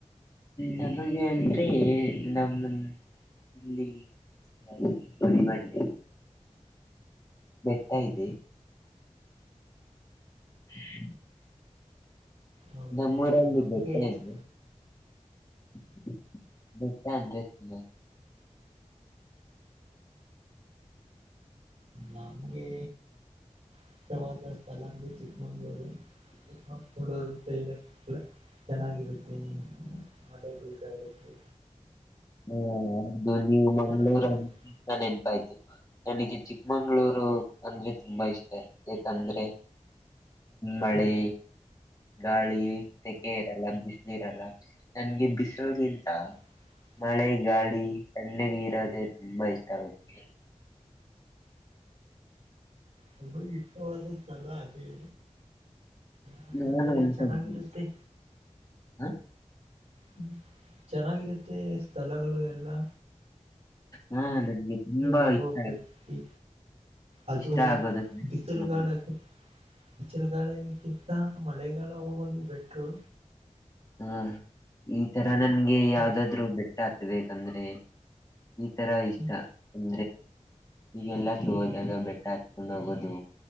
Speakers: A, on the left; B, on the right.
A: ನಮಗೆ ಅಂದ್ರೆ ನಮ್ಮ ಇಲ್ಲಿ ಯಾವ್ದು <unintelligible> ಬೆಟ್ಟ
B: ಹ್ಮ್
A: ಇದೆ <unintelligible>
B: ಹೌದಾ
A: ನಮ್ಮೂಊರಲ್ಲಿ
B: ನಮಗೆ
A: ಬೆಟ್ಟ
B: ಚಿ
A: ಇದೆ <inaudible> ಬೆಟ್ಟ ಅಂದ್ರೆ ಹ <inaudible>
B: ನಮ್ಗೆ ಇಷ್ಟವಾದಷ್ಟತಲ್ಲ ಚಿಕ್ಕಮಂಗ್ಗಳೂರು <inaudible> ಚಿಕ್ಕಮಗಳೂರು ಸೈಡೂ ಚೆನ್ನಾಗಿರುತ್ತೆ ಮಳೆ ಬೀಳತಾಇರುತ್ತೆ
A: ಹಾದುನ ಮಂಗಳೂರು
B: ಚೆನ್ನಾಗಿರುತ್ತೆ
A: <unintelligible> ಅ ನೆನಪಾಯ್ತಿು ನನಗೆ ಚಿಕ್ಕಮಂಗ್ಗಳೂರು ಅಂದ್ರೆ ತುಂಬಾ ಇಷ್ಟ ಯಾಕಂದ್ರೆ ಮಳೆ
B: ಹ
A: ಗಾಳಿ ಸೆಕೆ ಇರಲ್ಲ ಬಿಸಲು ಇರಲ್ಲ ನನ್ಗೆ ಬಿಸಿಲುಗಿಂತ
B: <inaudible>
A: ಮಳೆ ಗಾಳಿ ತಣ್ಣಿಗೆ ಇರೋದೆ ತುಂಬಾ ಇಷ್ಟ ಆಗುತ್ತೆ
B: ನಮಗೆ ಇಷ್ಟವಾದಸ್ಥಳ ಅದೇ ಯಾಕಂದ್ರೆ
A: <unintelligible>
B: ಚೆನ್ನಾಗಿರುತ್ತೆ
A: ಹ
B: ಹ್ಮ ಚೆನ್ನಾಗಿರುತ್ತೆ ಸ್ಥಳಗಳು ಎಲ್ಲಾ
A: ಹಾ ತುಂಬಾ
B: ಹೋಗೋಗ್ಬೇಕು
A: ಇಷ್ಟ
B: ಅದು
A: ಇಷ್ಟ ಆಗೋದು ಚಿಕ್ಮಂಗ್ಳೂರ್
B: ಬಿಸಿಲುಗಾಳ ಬಿಸಿಲುಗಾಳಕ್ಕಿಂತ <unintelligible> <inaudible> <unintelligible> <inaudible> <unintelligible> <inaudible> <unintelligible> <unintelligible> <inaudible> ಮಳೆಗಾಲ ಹೋಗೋದು ಬೆಟ್ರು
A: ಹಾ ಈ ತರ ನನ್ಗೆ
B: ಹ್ಮ್
A: ಯಾವ್ದಾದ್ರು ಬೆಟ್ಟ ಹಗ್ಬೇಕಂದ್ರೆ ಈ ತರ ಇಷ್ಟ
B: ಹ್ಮ್
A: ಒ ಈಗೆಲ್ಲ ತಿಗೋದಾಗ ಬೆಟ್ಟ ಹಾತ್ಕೊಂಡ್ ಹೋಗೋದು